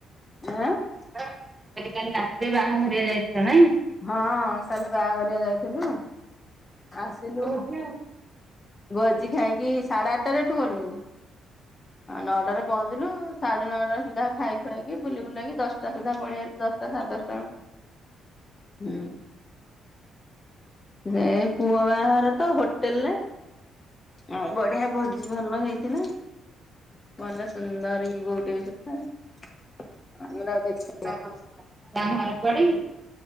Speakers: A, on the left (about 30°); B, on the right (about 15°).
A: ଆଁ?
B: ମୁଁ କଇଲି କାଲି ରାତିରେ ବାହାଘରଆ ଯାଇଥିଲ ନାଇଁ?
A: ହଁ କାଲି ବାହାଘରିଆ ଯାଇଥିଲୁ ଆସିଲୁ
B: <inaudible>
A: ଭୋଜି ଖାଇକି ସାଢେ ଆଠଟାରେ ଏଠୁ ଗ। ନଅଟାରେ ପହଞ୍ଚିଲୁ ସାଢେ ନଅଟା ସୁଦ୍ଧା ଖାଇ ଖୁଆଇକି ବୁଲି ବୁଲାଇକି ଦଶ୍ ଟା ସୁଧା ପଳେଇ <unintelligible> ଦଶଟା ସାଢେ ଦଶଟା ବେଳକୁ, ହୁଁ। ଏ ପୁଅ ବାହାଘର ତ ହୋଟେଲ୍ ରେ। ହଁ ବଢିଆ ଭୋଜି ଭଲ ହେଇଥିଲା, ଭଲ ସୁନ୍ଦର୍ ବି ବୋହୂଟି <unintelligible> ଆମର ଆଉ <unintelligible>
B: <unintelligible> ତାଙ୍କ ଘର କୁଆଡେ କି?